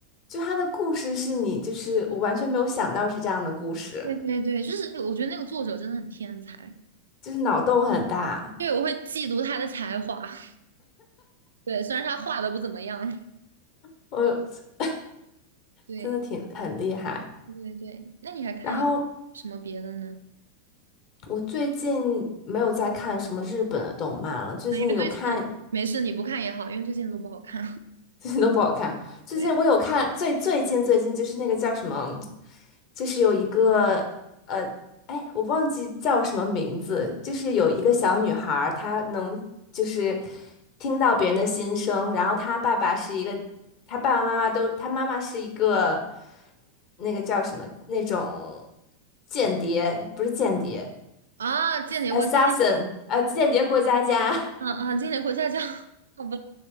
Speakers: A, on the left; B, on the right.
A: 就他的故事是你就是我完全没有想到是这样的故事，
B: 对对对，就是那个我觉得那个作者真的很天才，
A: 就是脑洞很大，
B: 对，我会嫉妒他的才华。<laughs> 对，虽然他画的不怎么样。<laughs>
A: 我
B: 对
A: 真的挺很厉害。
B: 对对对，那你还看有什么别的呢？
A: 然后我最近没有在看什么日本的动漫了，最近有看
B: 啊，因为最近的没事，你不看也好，因为最近都不好看。<laughs>
A: 最近都不好看。最近我有看，
B: 对
A: 最最近最近就是那个叫什么，就是有一个呃，哎，我忘记叫什么名字，就是有一个小女孩儿她能就是听到别人的心声，然后她爸爸是一个，她爸爸妈妈都，她妈妈是一个那个叫什么那种间谍，不是间谍
B: 啊，间谍过家家，
A: ，assassin，呃，间谍过家家。<laughs>
B: 啊啊，间谍过家家，<laughs> 好吧，